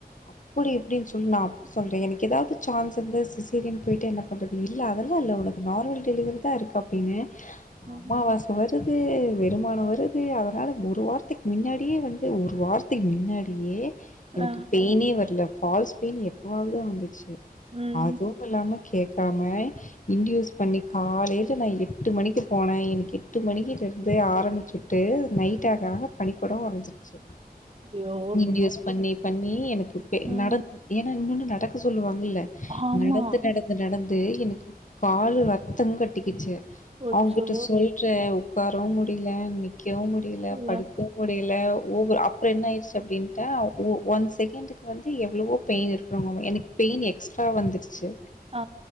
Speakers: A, on the left; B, on the right.
A: அப்டி இப்டின்னு சொல்லி நா அப்ப சொல்றே எனக்கு ஏதாவது சான்ஸ் இருந்த சிசேரியன் போயிட்டு என்ன பண்றது இல்ல அதெல்லா இல்ல உனக்கு நார்மல் டெலிவரிதா இருக்கு அப்டின்னு
B: ம்,
A: அம்மாவாச வருது வெறுமான வருது அதனால ஒரு வாரத்துக்கு முன்னாடியே வந்து ஒரு வார த்துக்கு மின்னாடியே எனக்கு
B: ஆ,
A: பெயினே வரல ஃபால்ஸ் பெயின் எப்பவாவதுதா வந்துச்சு
B: ம்.
A: அதுவுமில்லாம கேக்காம இன்டியூஸ் பண்ணி காலையில நா எட்டு மணிக்கு போனே எனக்கு எட்டு மணிக்கிட்ட இருந்து ஆரம்பிச்சு ட்டு நைட் ஆக ஆக பனிக்கொடம் ஒடஞ்சிடுச்சு
B: ஐயோ!
A: இன்டியூஸ் பண்ணி பண்ணி எனக்கு பெ
B: ம்.
A: நட ஏன்னா இன்னொன்னு நடக்க சொல்லுவாங்க ல்ல
B: ஆமா.
A: நடந்து நடந்து நடந்து எனக்கு காலு ரத்தம் கட்டிக்கிச்சு
B: அச்சோ!
A: அவுங்கிட்ட சொல்ற உக்காரவு முடில, நிக்கவு முடில,
B: ஐயோ!
A: படுக்கவு முடில ஓவர் அப்றோ என்ன ஆயிடுச்சு அப்டின்ட்டா ஓ ஒன் செகண்ட்டுக்கு வந்து எவ்வளவோ பெயின் இருக்கணுமாமே எனக்கு பெயின் எக்ஸ்ட்ரா வந்துட்ச்சு
B: ஆ